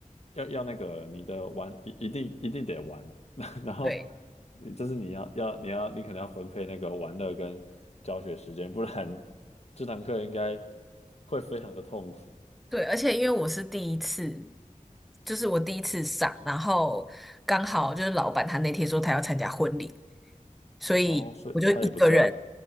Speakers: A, on the left; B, in the centre.
A: 要要那个你的玩一一定一定得玩，<laughs> 然后
B: 对
A: 你这是你要要你要你可能要分配那个玩乐跟教学时间，不然这堂课应该会非常的痛苦。
B: 对，而且因为我是第一次，就是我第一次上，然后刚好就是老板他那天说他要参加婚礼，所以我就一个人，
A: 哦，所以他也不在。